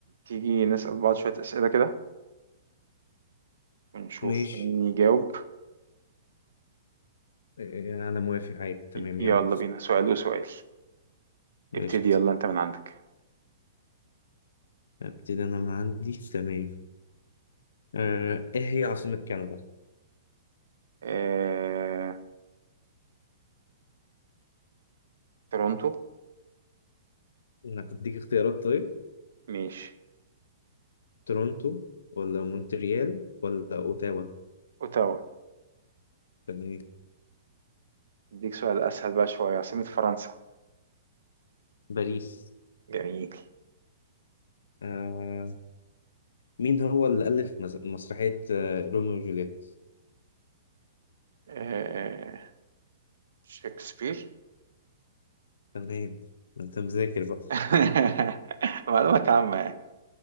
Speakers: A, on the right; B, on the left.
A: تيجي نسأل بعض شوية أسئلة كده ونشوف
B: ماشي
A: مين يجاوب
B: آه، انا موافق عادي تمام
A: ي- يلا
B: يلا
A: بينا سؤال وسؤال ابتدي
B: قشطة
A: يلا أنت من عندك
B: ابتدي انا من عندي تمام آه، ايه هي عاصمة كندا؟
A: اه... تورونتو
B: انا بديك اختيارات طيب
A: ماشي
B: تورونتو ولا مونتريال ولا اوتاوا
A: أوتاوا
B: تمام
A: أديك سؤال أسهل بقى شوية عاصمة فرنسا
B: باريس
A: جميل
B: آه، مين هو اللي ألف مس- مسرحية آه، روميو وجولييت؟
A: اه... شكسبير
B: تمام ما انت مذاكر بقى
A: <laughs> معلومات عامة يعني